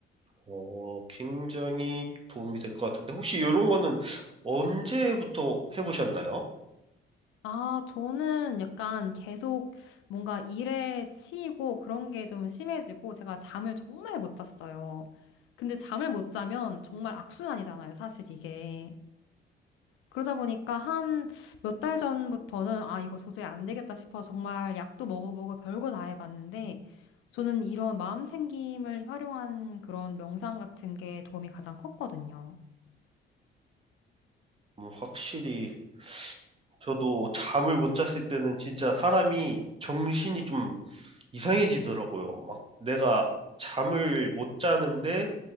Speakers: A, on the right; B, on the left.
A: 어, 굉장히 도움이 될 것 같은데, 혹시 이런 거는 언제부터 해보셨나요?
B: 아, 저는 약간 계속 뭔가 일에 치이고 그런 게 좀 심해지고 제가 잠을 정말 못 잤어요. 근데 잠을 못 자면 정말 악순환이잖아요, 사실 이게. 그러다 보니까 한 몇 달 전부터는 아, 이거 도저히 안 되겠다 싶어 정말 약도 먹어보고 별거 다 해봤는데 저는 이런 마음 챙김을 활용한 그런 명상 같은 게 도움이 가장 컸거든요.
A: 음, 확실히, 저도 잠을 못 잤을 때는 진짜 사람이 정신이 좀 이상해지더라고요. 막 내가 잠을 못 자는데